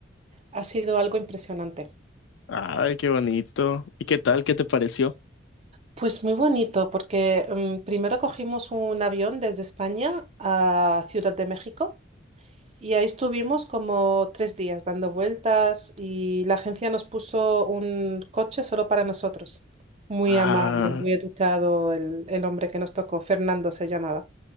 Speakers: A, on the right; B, on the left.
A: Ha sido algo impresionante.
B: Ay, qué bonito. ¿Y qué tal? ¿Qué te pareció?
A: Pues muy bonito, porque mm, primero cogimos un avión desde España a Ciudad de México. Y ahí estuvimos como tres días dando vueltas y la agencia nos puso un coche solo para nosotros. Muy
B: Ah,
A: amable, muy educado el, el hombre que nos tocó, Fernando se llamaba.